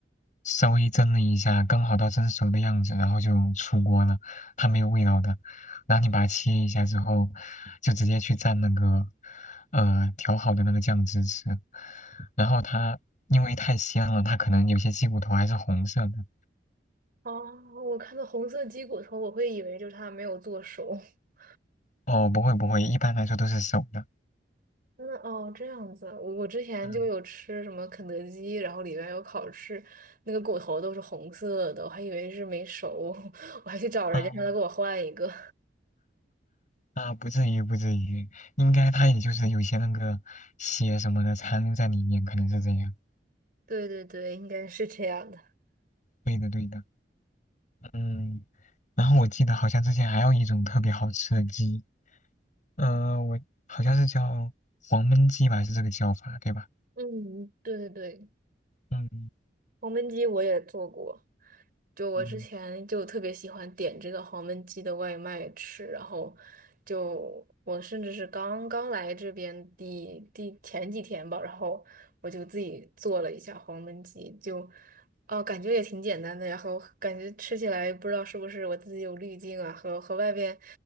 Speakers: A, on the left (about 45°); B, on the right (about 55°).
A: 稍微蒸了一下，刚好到蒸熟的样子，然后就出锅了，它没有味道的。然后你把它切一下之后，就直接去蘸那个呃调好的那个酱汁吃。然后它因为太鲜了，它可能有些鸡骨头还是红色的。
B: 哦，我看到红色鸡骨头，我会以为就是它没有做熟。<laughs>
A: 哦，不会不会，一般来说都是熟的。
B: 嗯，哦，这样子，我我之前就有吃什么肯德基，
A: 嗯，
B: 然后里面有烤翅，那个骨头都是红色的，我还以为是没熟，<laughs> 我还去找人家让他给我换一个。
A: 哦啊，不至于，不至于，应该它也就是有些那个血什么的残留在里面，可能是这样。
B: 对对对，应该是这样的。
A: 对的，对的。嗯，然后我记得好像之前还有一种特别好吃的鸡，嗯、我好像是叫黄焖鸡吧，是这个叫法，对吧？
B: 嗯，对对对，
A: 嗯
B: 黄焖鸡我也做过。就我之前就特别喜欢点这个黄焖鸡的外卖吃，
A: 嗯。
B: 然后就我甚至是刚刚来这边第第前几天吧，然后我就自己做了一下黄焖鸡，就哦感觉也挺简单的，然后感觉吃起来不知道是不是我自己有滤镜啊，和和外边